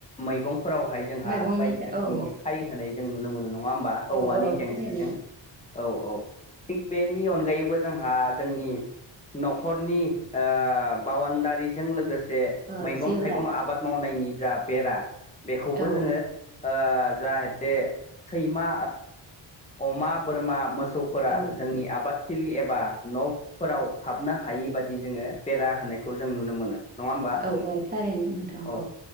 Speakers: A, on the left; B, on the right.
A: मैगंफोरावहाय जोंहा
B: मैगंनि
A: बायदि रोखोमनि
B: औ
A: खाय होनाय जों नुनो मोनो नङा होमबा औवानि
B: औ औ
A: जेंसिजों
B: थारैनो
A: औ औ थिग बेनि अनगायैबो जोंहा जोंनि न'खरनि ओ बावनदारिजों लोगोसे
B: ओ
A: मैगं
B: जेवरा
A: थाइगं आबाद मावनायनि
B: औ
A: जा बेरा बेखौबो
B: औ
A: जोङो ओ जाहाते सैमा अमा बोरमा मोसौफोरा
B: औ
A: जोंनि आबाद थिलि एबा न'फोराव हाबनो हायि बादि जोङो बेरा होनायखौ जों नुनो मोनो नङा होमबा
B: औ औ थारैनो नोंथां
A: औ औ